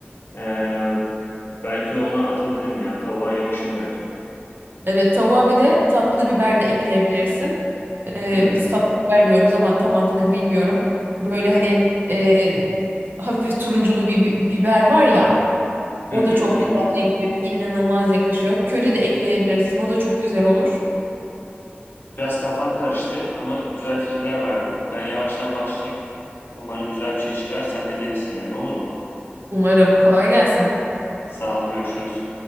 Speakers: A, on the left; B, on the right.
A: Ee, belki ona atabilirim ya. Tavuğa yakışır bence.
B: Evet tavuğa bir de tatlı biber de ekleyebilirsin. Ee,
A: Hı.
B: biz tatlı biber diyoruz ama tam adını bilmiyorum. Böyle hani e, hafif turunculu bir bi- biber var ya. O
A: Hı hı
B: da çok
A: hı
B: güzel
A: hı.
B: renk veriyor. inanılmaz yakışıyor. Köri de ekleyebilirsin. O da çok güzel olur.
A: Biraz kafam karıştı ama güzel fikirler verdin. Ben yavaştan başlayayım. Umarım güzel bir şey çıkar. Sen de gelirsin yani, olur mu?
B: Umarım. Kolay gelsin.
A: Sağ ol, görüşürüz.